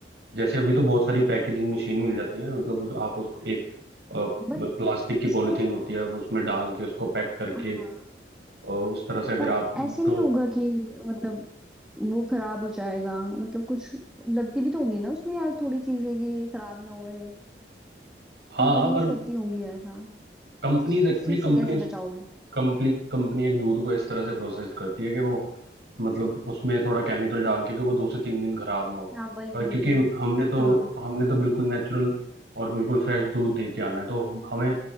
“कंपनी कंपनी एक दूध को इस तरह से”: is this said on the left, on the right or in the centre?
Right